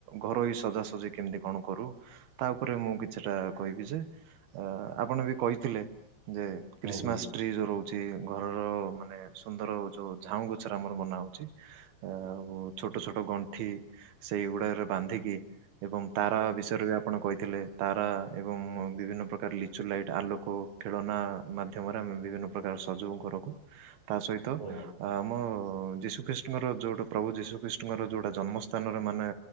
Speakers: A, on the right; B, on the right.
A: ଘରୋଇ ସଜାସଜି କେମିତି କଣ କରୁ। ତା ଉପରେ ମୁଁ କିଛିଟା କହିବି ଯେ ଅ ଆପଣ ବି କହିଥିଲେ। ଯେ
B: ହୁଁ
A: କ୍ରୀିସମାସ
B: ହୁଁ
A: ଟ୍ରି ଯୋଉ ରହୁଛି ଘରର ମାନେ ସୁନ୍ଦର ଯୋଉ ଝାଉଁ ଗଛର ଆମର ବନା ହଉଛି। ଆଉ ଛୋଟ ଛୋଟ ଗଣ୍ଠି ସେଇ ଗୁଡାକରେ ବାନ୍ଧିକି ଏବଂ ତାରା ବିଷୟରେ ବି ଆପଣ କହିଥିଲେ। ତାରା ଏବଂ ବିଭିନ୍ନ ପ୍ରକାର ଲିଚୁ ଲାଇଟ୍ ଆଲୋକ ଖେଳନା ମାଧ୍ୟମରେ ଆମେ ବିଭିନ୍ନ ପ୍ରକାର ସଜୋଉ ଘରକୁ। ତା ସହିତ
B: ହୁଁ
A: ଆମ ଯୀଶୁ ଖ୍ରୀଷ୍ ଙ୍କର ଯୋଉଟା ପ୍ରଭୁ ଯୀଶୁଖ୍ରୀଷ୍ଣଙ୍କର ଯୋଉଟା ଜନ୍ମସ୍ଥାନରେ ମାନେ